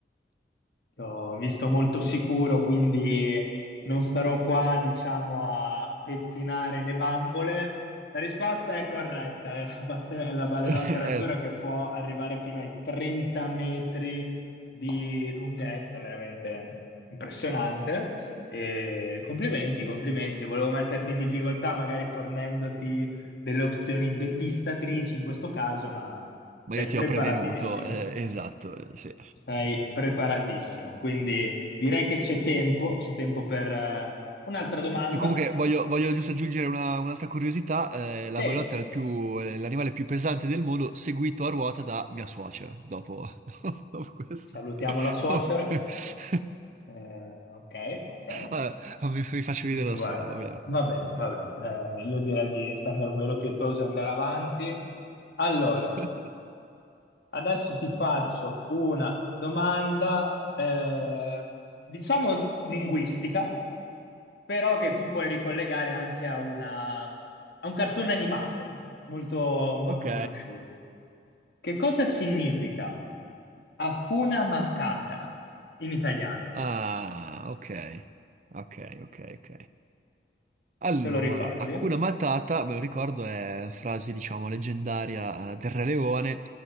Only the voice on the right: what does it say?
<laughs>
Eh,
ma
io ti
ho prevenuto, eh, esatto, eh, sì.
Comunque voglio, voglio giusto aggiungere una- un'altra curiosità, eh, la
balenottera è il più- è l'animale più pesante del mondo, seguito a ruota da mia suocera, dopo, <laughs> dopo questo.
<laughs>
Vabbè, mi, mi faccio vedere
da solo,
va bene.
<laughs>
Ok.
Ah, ok. Ok, ok, ok. Allora,
Hakuna Matata, me lo ricordo, è frase, diciamo, leggendaria eh, del Re Leone